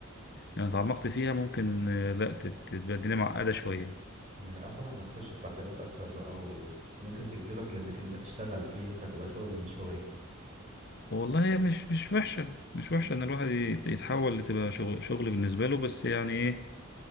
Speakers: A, on the left; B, on the right.
A: لو تعمقت فيها ممكن آه، لا تت- تبقى الدنيا معقدة شوية
B: ما هي اه طبعا هتخش في تعقيدات أكتر بقى وممكن تجذبك لأنك أنت تشتغل فيها فتبقى شغل مش هواية
A: والله هي مش مش وحشة مش وحشة
B: م-
A: إن الواحد يت- يتحول لتبقى شغل شغل بالنسبة له بس يعني إيه